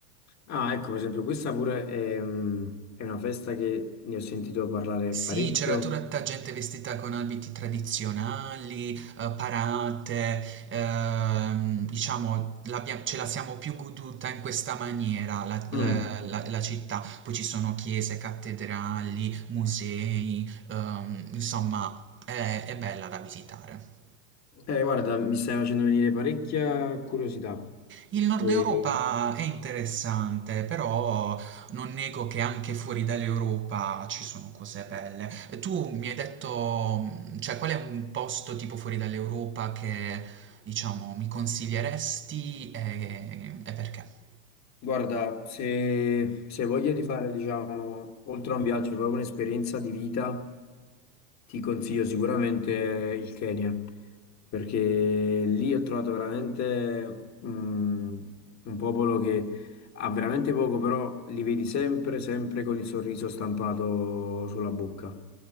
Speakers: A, on the left (about 35°); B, on the right (about 25°).
A: ah ecco per esempio questa pure è, mm, è una festa che ne ho sentito parlare
B: Sì,
A: parecchio.
B: c'era tutta gente vestita con abiti tradizionali, eh, parate, ehm, diciamo, l'abbia- ce la siamo più goduta in questa maniera la, la-
A: Mm.
B: la- la città. Poi ci sono chiese, cattedrali, musei, ehm, insomma, è è bella da visitare.
A: Eh, guarda, mi stai facendo venire parecchia curiosità.
B: Il Nord
A: E,
B: Europa è interessante, però non nego che anche fuori dall'Europa ci sono cose belle. E Tu mi hai detto, mh, cioè, qual è un posto tipo fuori dall'Europa che, diciamo, mi consiglieresti e, e perché?
A: guarda, se, se hai voglia di fare, diciamo, oltre a un viaggio, proprio un'esperienza di vita. Ti consiglio sicuramente il Kenya, perché lì ho trovato veramente mm, un popolo che ha veramente poco, però li vedi sempre, sempre con il sorriso stampato sulla bocca.